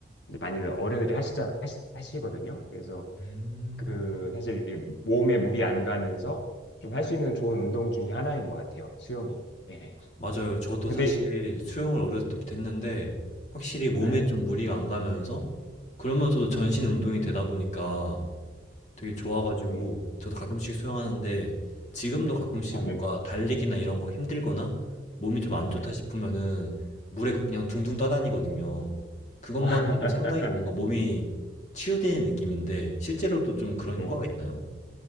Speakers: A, on the left; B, on the left.
A: 이제 많이들 어른들이 하시자 하시, 하시거든요. 그래서
B: 음.
A: 그 사실 이게 몸에 물이 안 가면서 좀 할 수 있는 좋은 운동 중에 하나인 것 같아요. 수영이요. 예.
B: 맞아요. 저도
A: 근데
B: 사실 수영을 어렸을 때부터 했는데 확실히 몸에
A: 예.
B: 좀 무리가 안 가면서 그러면서도 전신 운동이 되다 보니까 되게 좋아가지고
A: 네.
B: 저도 가끔씩 수영하는데 지금도 가끔씩
A: 아,
B: 뭔가
A: 유,
B: 달리기나 이런 거 힘들거나 몸이 좀 안 좋다
A: 예.
B: 싶으면은 물에 그냥 둥둥 떠다니거든요. 그것만으로도
A: <laughs>
B: 상당히 뭔가 몸이 치유되는 느낌인데 실제로도 좀 그런
A: 네.
B: 효과가 있나요?